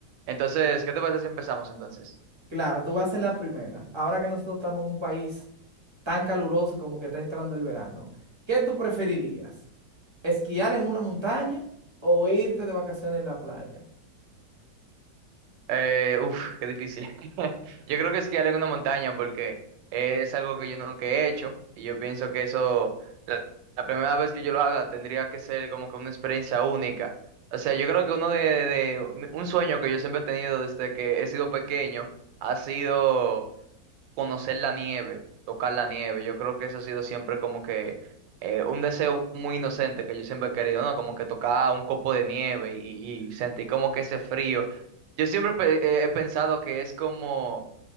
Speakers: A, on the right; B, on the right.
A: Entonces, ¿qué te parece si empezamos entonces?
B: Claro, tú vas a ser la primera. Ahora que nosotros estamos en un país tan caluroso como que está entrando el verano, ¿qué tú preferirías? ¿Esquiar en una montaña o irte de vacaciones en la playa?
A: Eh, uf, qué difícil. <laughs> Yo creo que esquiar en una montaña porque es algo que yo nunca he hecho y yo pienso que eso, la, la primera vez que yo lo haga, tendría que ser como que una experiencia única. O sea, yo creo que uno de, de un sueño que yo siempre he tenido desde que he sido pequeño ha sido conocer la nieve, tocar la nieve. Yo creo que eso ha sido siempre como que eh, un deseo muy inocente que yo siempre he querido, ¿no? Como que tocar un copo de nieve y, y sentir como que ese frío. Yo siempre pe- eh, he pensado que es como